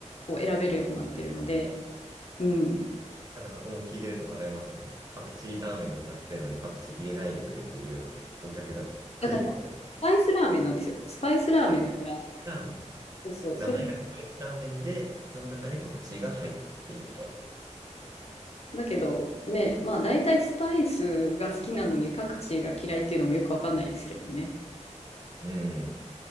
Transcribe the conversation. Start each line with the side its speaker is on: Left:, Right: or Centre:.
Left: こう選べるようになってるので、うん。
Right: なんかそこも聞いてると笑えますよね。パクチーラーメンを歌ってるのにパクチー入れないでくれっていうお客が来るってことです。
Left: だから、スパイスラーメンなんですよ。スパイスラーメンだから、
Right: あ、ラーメンか。
Left: そうそう、
Right: 名前がスパイスラーメンで、
Left: それ、
Right: その中にパクチーが入っていると。
Left: だけど、ね、まあ大体スパイスが好きなのにパクチーが嫌いっていうのもよくわかんないですけどね。
Right: うん。